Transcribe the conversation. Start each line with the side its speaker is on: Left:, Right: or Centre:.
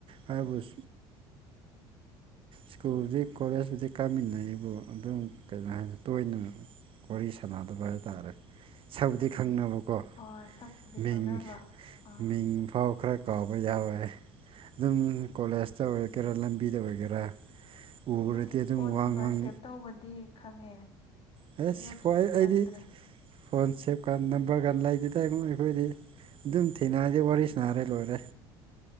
Right: ꯍꯥꯏꯕ <unintelligible> ꯎ ꯁ꯭ꯀꯨꯜꯗꯤ ꯀꯣꯂꯦꯖꯄꯨꯗꯤ ꯀꯥꯃꯤꯟꯅꯩꯕꯨ ꯑꯗꯨꯝ ꯀꯩꯍꯥꯏꯅꯤ ꯇꯣꯏꯅ ꯋꯥꯔꯤ ꯁꯥꯟꯅꯗꯕ ꯍꯥꯏꯇꯥꯔꯦ ꯁꯥꯛꯄꯨꯗꯤ ꯈꯪꯅꯕꯀꯣ꯫
Left: ꯍꯣꯏ ꯁꯛꯄꯨꯗꯤ
Right: ꯃꯤꯡ
Left: ꯈꯪꯅꯕ ꯑꯥ
Right: ꯃꯤꯡ ꯐꯥꯎ ꯈꯔ ꯀꯥꯎꯕ ꯌꯥꯎꯋꯦ ꯑꯗꯨꯝ ꯀꯣꯂꯦꯖꯇ ꯑꯣꯏꯒꯦꯔꯥ ꯂꯝꯕꯤꯗ ꯑꯣꯏꯒꯦꯔꯥ ꯎꯔꯗꯤ
Left: ꯍꯣꯏ
Right: ꯑꯗꯨꯝ
Left: ꯐꯣꯟ
Right: ꯋꯥ
Left: ꯅꯝꯕꯔ
Right: ꯉꯥꯡ
Left: ꯁꯦꯚ ꯇꯧꯕꯗꯤ ꯈꯪꯉꯦ꯫
Right: ꯍꯥꯁ
Left: ꯑꯗꯨ ꯅꯠꯇ꯭ꯔꯗꯤ
Right: ꯍꯣꯏ ꯑꯩꯗꯤ
Left: ꯈꯪꯗ꯭ꯔꯦ
Right: ꯐꯣꯟ ꯁꯦꯞ ꯀ ꯅꯝꯕꯔꯒ ꯂꯩꯒꯤꯗꯥꯏ ꯍꯨꯝ ꯑꯩꯈꯣꯏꯗꯤ ꯑꯗꯨꯝ ꯊꯦꯡꯅꯔꯗꯤ ꯋꯥꯔꯤ ꯁꯥꯥꯟꯅꯔꯦ ꯂꯣꯏꯔꯦ꯫